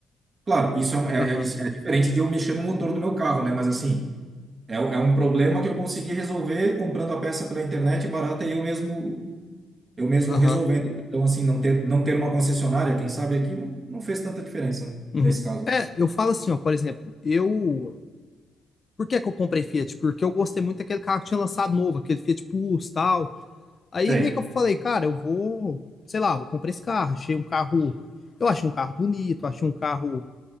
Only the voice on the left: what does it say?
Aham,
aham.
uhum.
É, eu falo assim, ó, por exemplo, eu... Por que que eu comprei Fiat? Porque eu gostei muito daquele carro que tinha lançado novo, aquele Fiat Pulse tal. Aí
meio que eu falei, cara, eu vou, sei lá, vou comprar esse carro. Achei um carro... Eu achei um carro bonito, achei um carro...